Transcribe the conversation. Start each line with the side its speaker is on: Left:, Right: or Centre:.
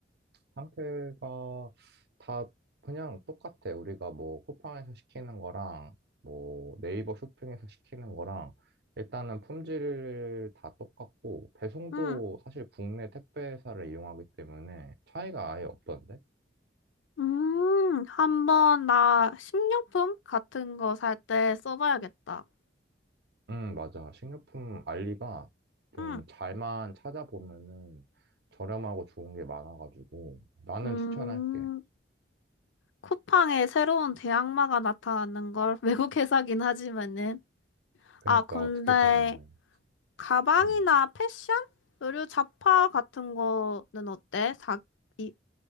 Right: 상태가 다 그냥 똑같아. 우리가 뭐 쿠팡에서 시키는 거랑 뭐 네이버 쇼핑에서 시키는 거랑 일단은 품질 다 똑같고 배송도
Left: 응.
Right: 사실 국내 택배 회사를 이용하기 때문에 차이가 아예 없던데?
Left: 음, 한번 나 식료품 같은 거 살 때 써봐야겠다.
Right: 음, 맞아. 식료품 알리가 좀
Left: 응.
Right: 잘만 찾아보면은 저렴하고 좋은 게 많아가지고 나는
Left: 음,
Right: 추천할게.
Left: 쿠팡에 새로운 대항마가 나타나는 걸 <laughs> 외국 회사긴 하지만은.
Right: 그러니까
Left: 아, 근데
Right: 어떻게 보면은
Left: 가방이나
Right: 음.
Left: 패션? 의류 잡화 같은 거는 어때? 사, 이,